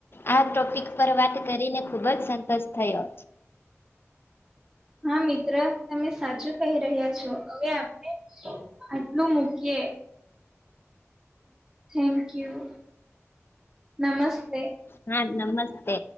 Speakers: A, on the left; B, on the right.
A: આ ટોપિક પર વાત કરીને ખુબ જ સંતોષ થયો
B: હા મિત્ર તમે સાચું કહી રહ્યા છો હવે આપણે આટલું મૂકીએ થેન્ક યુ નમસ્તે
A: હા નમસ્તે